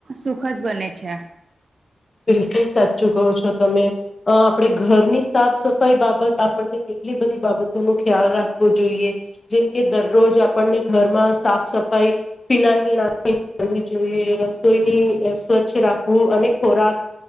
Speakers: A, on the right; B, on the left.
A: સુખદ બને છે.
B: બિલકુલ સાચું કહો છો તમે. અ આપણે ઘરની સાફ સફાઈ બાબત આપણને એટલી બધી બાબતો ન ખ્યાલ રાખવો જોઈએ. જેમકે દરરોજ આપણને ઘરમાં સાફ સફાઈ ફીનાલ નાખ જોઈએ. રસોઈની સ્વચ્છ રાખવું. અને ખોરાક